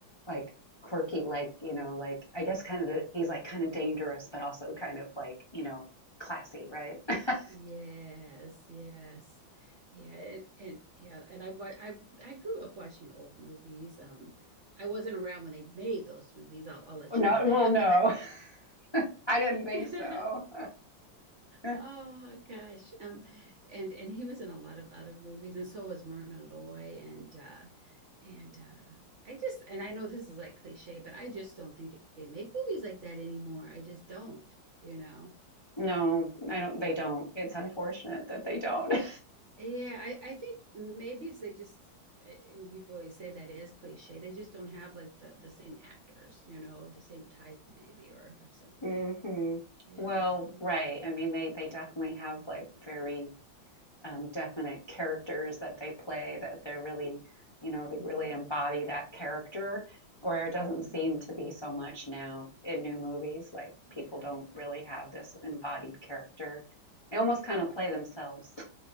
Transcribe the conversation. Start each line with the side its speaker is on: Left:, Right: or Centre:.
Left: like quirky, like you know, like I guess kind of the he's like kind of dangerous, but also kind of like you know, classy, right? <laughs>
Right: Yes, yes. Yeah, and, and yeah, and I wa- I I grew up watching old movies. Um I wasn't around when they made those movies. I'll I'll let
Left: No,
Right: you know that.
Left: well, no, <laughs> I didn't think
Right: But
Left: so.
Right: <laughs>
Left: <laughs>
Right: Oh gosh. Um and and he was in a lot of other movies and so was Myrna Loy and uh and uh I just and I know this is like cliche, but I just don't think they make movies like that anymore. I just don't, you know.
Left: No, I don't. They don't. It's unfortunate that they don't.
Right: Yeah, I I think maybe it's they just and people always say that is cliche. They just don't have like the the same actors, you know, the same type maybe or or
Left: <laughs>
Right: something,
Left: hmm
Right: you
Left: Well,
Right: know.
Left: right. I mean, they they definitely have like very um, definite characters that they play that they're really you know
Right: hmm
Left: they really embody that character where it
Right: hmm
Left: doesn't seem to be so much now in new movies like
Right: Yeah.
Left: people don't really have this embodied character they almost kind of play themselves